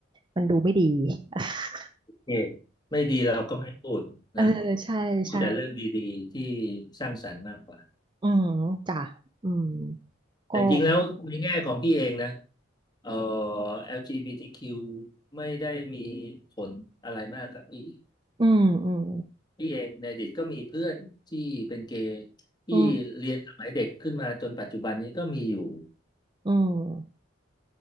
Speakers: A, on the right; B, on the left.
A: มันดูไม่ดี <laughs>
B: โอเคไม่ดีเราก็ไม่พูดนะ
A: เออใช่ใช่
B: พูดแต่เรื่องดีๆที่สร้างสรรค์มากกว่า
A: อืมจ้ะอืม
B: แต่จริงๆแล้วในแง่ของพี่เองนะ
A: ก็
B: เอ่อ LGBTQ ไม่ได้มีผลอะไรมากกับพี่
A: อืมอืม
B: พี่เองในอดีตก็มีเพื่อนที่เป็นเกย์ที่เรียนสมัยเด็กขึ้นมาจนปัจจุบันนี้ก็มีอยู่
A: อืมอืม